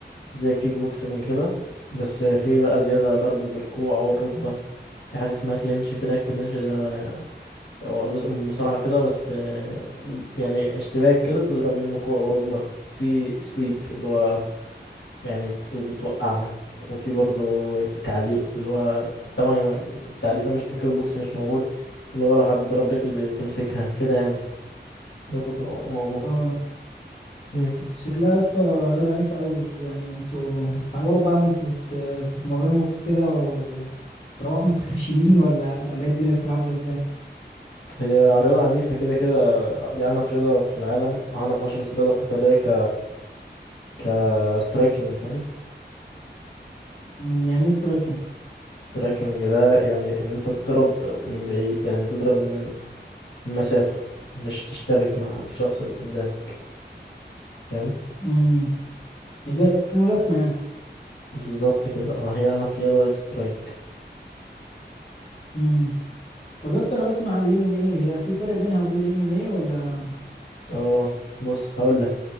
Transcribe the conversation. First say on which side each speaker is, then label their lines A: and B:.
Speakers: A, on the left; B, on the left.
A: زي الكيك بوكسنج كده بس في بقى زيادة ضرب بالكوع أو الركبة في حاجة اسمها كلينش كده الكلينش ده هو جزء من المصارعة كده بس آه، يعني اشتباك كده بتضرب منه كوع وركبة في سويب اللي هو يعني ت- بتوقعه وفي برضه تعليق اللي هو طبعا التعليق ده مش في الكيك بوكس مش موجود اللي هو لو حد ضرب رجل تمسكها كده يعني ده كله موجود
B: اه
A: مم.
B: بس شكلها يا اسطى رياضه عنيفه قوي يعني انتوا بتتعوروا بقى وانتوا بت... بتتمرنوا كده وتروحوا متخرشمين <laughs> ولا ولا ايه الدنيا بتبقى عامله ازاي
A: هي رياضة عنيفة كده كده دي أعنف رياضة في العالم أعنف أشرس رياضة قتالية ك ك striking فاهم
B: امم، يعني ايه سترايكنج
A: striking ده يعني إن أنت تضرب من بعيد يعني تضرب من من مسافة مش تشتبك مع الشخص اللي قدامك فاهم
B: امم زي الملاكمه يعني
A: بالظبط كده اه هي أعنف رياضة سترايك
B: امم طب يا اسطى انا بسمع عن الام ام ايه هي في فرق بينها وبين الام ام ايه ولا
A: اه بص هقول لك